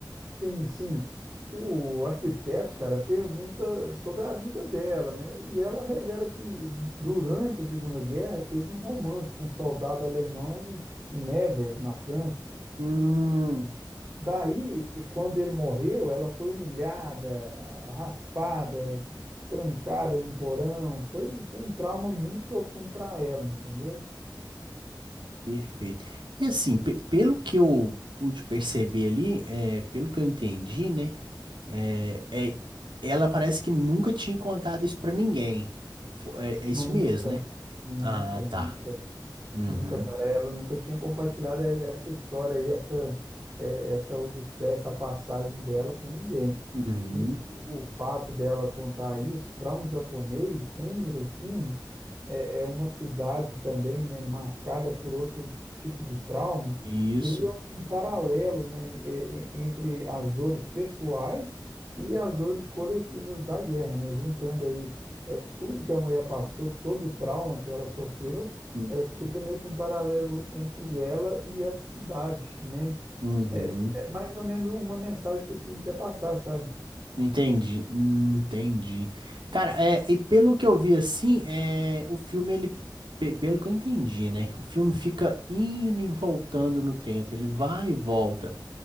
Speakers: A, on the right (about 40°); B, on the right (about 85°).
A: Sim, sim. O arquiteto, cara, pergunta sobre a vida dela, né? E ela revela que durante a Segunda Guerra teve um romance com um soldado alemão em, em Nevers, na França.
B: Hum,
A: Daí, quando ele morreu, ela foi humilhada, raspada, trancada num porão. Foi, foi um trauma muito profundo para ela, entendeu?
B: Perfeito. E assim, pe- pelo que eu pude perceber ali, é, pelo que eu entendi, né? É, é- ela parece que nunca tinha contado isso pra ninguém. Fo- É, é isso
A: Nunca,
B: mesmo, né?
A: nunca,
B: Ah,
A: nunca.
B: tá. Uhum,
A: Nunca, cara, ela nunca tinha compartilhado eh, essa história aí, essa, eh, essa odisseia, essa passagem dela com ninguém.
B: uhum.
A: E o fato dela contar isso para um japonês em Hiroshima é, é uma cidade também, né, marcada por outro tipo de trauma,
B: Isso.
A: cria um paralelo, né, e- e- entre as dores pessoais e as dores coletivas da guerra, né, juntando aí é, tudo que a mulher passou, todo o trauma que ela sofreu,
B: uhum,
A: é, cria meio que um paralelo entre ela e a cidade, né?
B: uhum.
A: É, é mais ou menos uma mensagem que o filme quer passar, sabe?
B: Entendi, hum, entendi. Cara, é, e pelo que eu vi assim, é, o filme, ele, pe- pelo que eu entendi, né? O filme fica indo e voltando no tempo, ele vai e volta.